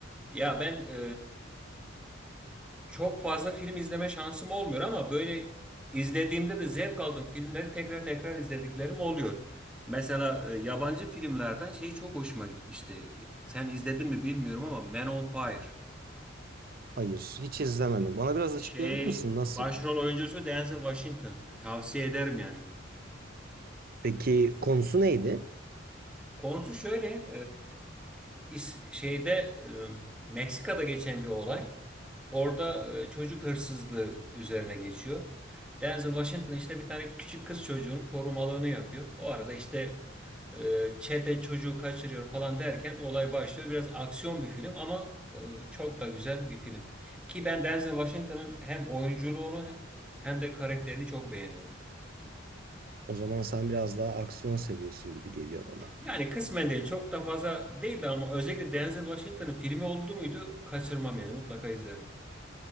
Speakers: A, in the centre; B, on the right.
A: Ya ben e, çok fazla film izleme şansım olmuyor ama böyle izlediğimde de zevk aldığım filmleri tekrar tekrar izlediklerim oluyor. Mesela e, yabancı filmlerden şey çok hoşuma gitmişti. Sen izledin mi bilmiyorum ama Man on Fire.
B: Hayır, hiç izlemedim. Bana biraz açıklayabilir
A: Şey
B: misin? Nasıldı?
A: başrol oyuncusu Denzel Washington. Tavsiye ederim yani.
B: Peki konusu neydi?
A: Konusu şöyle, e, is- şeyde e, Meksika'da geçen bir olay. Orada e, çocuk hırsızlığı üzerine geçiyor. Denzel Washington işte bir tane küçük kız çocuğunun korumalığını yapıyor. O arada işte e, çete çocuğu kaçırıyor falan derken olay başlıyor. Biraz aksiyon bir film ama e, çok da güzel bir film. Ki ben Denzel Washington'ın hem oyunculuğunu hem de karakterini çok beğeniyorum.
B: O zaman sen biraz daha aksiyon seviyorsun gibi geliyor bana.
A: Yani kısmen değil. Çok da fazla değildi ama özellikle Denzel Washington'ın filmi oldu muydu kaçırmam yani mutlaka izlerim.